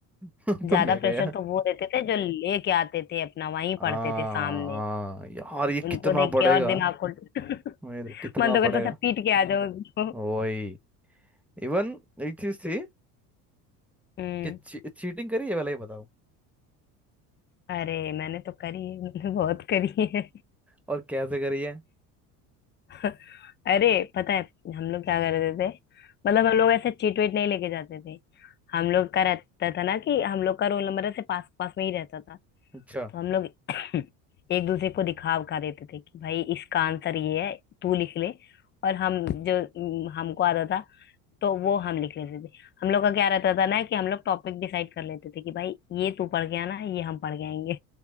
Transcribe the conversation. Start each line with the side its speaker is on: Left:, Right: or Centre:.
Centre: <laughs> तो
Left: ज्यादा
Centre: मैं कह
Left: प्रेशर
Centre: यार
Left: तो वो देते थे जो लेके आते थे अपना वहीं
Centre: आ,
Left: पढ़ते
Centre: आ,
Left: थे सामने
Centre: यार ये
Left: उनको
Centre: कितना
Left: देख
Centre: पड़ेगा
Left: के और दिमाग खुल <laughs>
Centre: मेरे कितना
Left: मन तो करता
Centre: पड़ेगा
Left: था पीट के आ जाओ उसको
Centre: वही इवन एक चीज थी
Left: हम्म
Centre: कि ची, चीटिंग करी है पहले ये बताओ
Left: अरे मैंने तो करी है मैंने बहुत करी है
Centre: और कैसे करी है
Left: <laughs> अरे पता है हम लोग क्या करते थे मतलब हम लोग ऐसे चीट वेट नहीं लेके जाते थे हम लोग का रहता था ना कि हम लोग का रोल नंबर ऐसे पास पास में ही रहता था
Centre: अच्छा
Left: तो हम लोग <coughs> <clears throat> एक दूसरे को दिखा उखा देते थे कि भाई इसका आंसर ये है तू लिख ले और हम जो हम्म, हमको आता था तो वो हम लिख लेते थे हम लोग का क्या रहता था ना कि हम लोग टॉपिक डिसाइड कर लेते थे कि भाई ये तू पढ़ के आना ये हम पढ़ के आएंगे